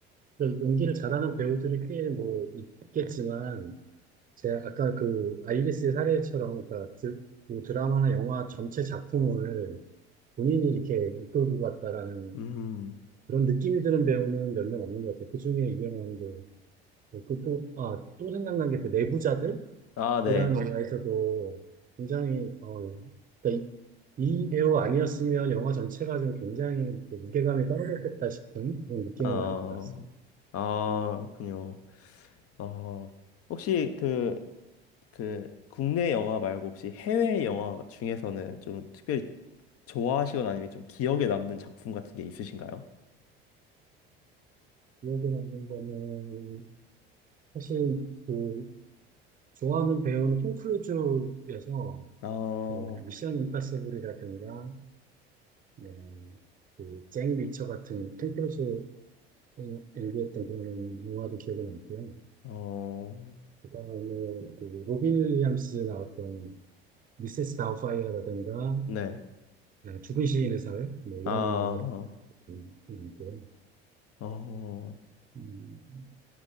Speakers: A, on the right; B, on the left.
A: 연기를 잘하는 배우들이 꽤 뭐 있겠지만 제가 아까 그 아이리스 사례처럼 그러니까 드, 뭐 드라마나 영화 전체 작품을 본인이 이렇게 이끌고 갔다라는
B: 음.
A: 그런 느낌이 드는 배우는 몇 명 없는 것 같아요. 그중에 이병헌도 그 또, 아, 또 생각난 게 그 내부자들이라는
B: 아, 네.
A: 영화에서도 굉장히 어, 그러니까 이, 이 배우 아니었으면 영화 전체가 좀 굉장히 그 무게감이 떨어졌겠다 싶은 그런 느낌을
B: 어.
A: 많이 받았습니다.
B: 아, 그요. 어. 혹시 그 그 국내 영화 말고 혹시 해외 영화 중에서는 좀 특별히 좋아하시거나 아니면 좀 기억에 남는 작품 같은 게 있으신가요?
A: 기억에 남는 거는 사실 그 좋아하는 배우는 톰 크루즈여서
B: 어,
A: 뭐 미션 임파서블이라든가 뭐, 그잭 리처 같은 톰 크루즈 연기했던 그런 영화도 기억에 남고요.
B: 어,
A: 그다음에 그 로빈 윌리엄스 나왔던 미세스 다우파이어라든가
B: 네.
A: 예, 죽은 시인의 사회 뭐 이런
B: 아,
A: 영화도 좀 남고요.
B: 어,
A: 음,